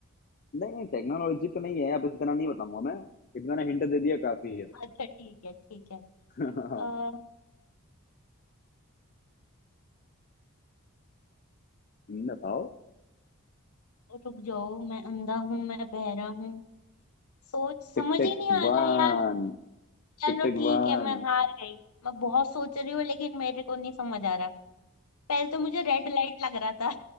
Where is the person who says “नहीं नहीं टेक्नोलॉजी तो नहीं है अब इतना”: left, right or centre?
Left